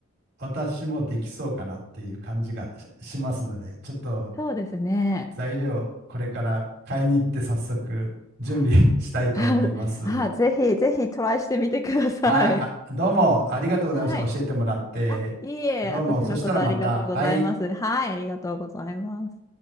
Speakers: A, on the right (about 50°); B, on the left (about 15°).
A: 私もできそうかなっていう感じがし、しますので、ちょっと
B: そうですね。
A: 材料、これから買いに行って早速準備
B: あ、
A: <laughs> したいと思います。
B: <laughs> あ、ぜひぜひトライしてみてください。
A: はい、あ、どうもありがとうございました。
B: はい。
A: 教えてもらって。
B: あ、いいえ、
A: どうも、
B: こちらこそありがとうございます。
A: そしたらまた。はい。
B: はい、ありがとうございます。